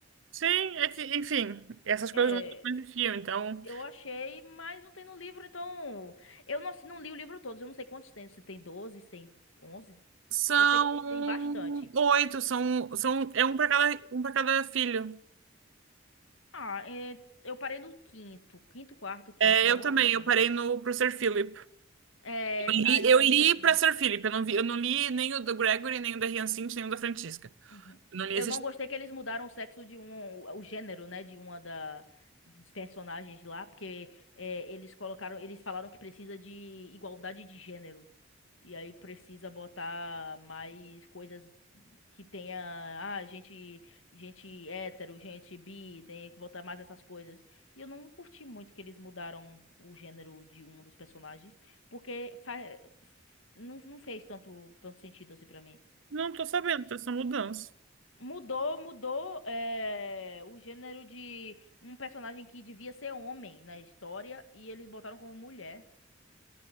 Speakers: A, on the right; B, on the left.
A: sim, é que, enfim, essas coisas
B: É,
A: não existiam, então
B: eu achei, mas não tem no livro, então. Eu não, não li o livro todo, eu não sei quantos tem, se tem 12 se tem onze
A: são
B: Eu sei que tem bastante.
A: oito, são, são é um para cada, um para cada filho.
B: Ah, é, eu parei no quinto. Quinto, quarto, quinto,
A: É,
B: alguma
A: eu também,
B: coisa
A: eu
B: assim.
A: parei no pro Sir Philip.
B: É,
A: Eu li,
B: aí eu
A: eu li
B: não vi.
A: para Sir Philip, eu não vi, eu não li nem o do Gregory, nem o da Hyacinth, nem o da Francisca.
B: Uhum.
A: Eu não li
B: Eu
A: esses.
B: não gostei que eles mudaram o sexo de um, o gênero, né, de uma da dos personagens lá, porque é, eles colocaram, eles falaram que precisa de igualdade de gênero. E aí precisa botar mais coisas que tenha, ah, gente, gente hétero, gente bi, tem que botar mais essas coisas. E eu não curti muito que eles mudaram o gênero de um dos personagens, porque fa- não, não fez tanto tanto sentido assim pra mim.
A: Não tô sabendo dessa mudança.
B: Mudou, mudou é, o gênero de um personagem que devia ser homem na história e eles botaram como mulher.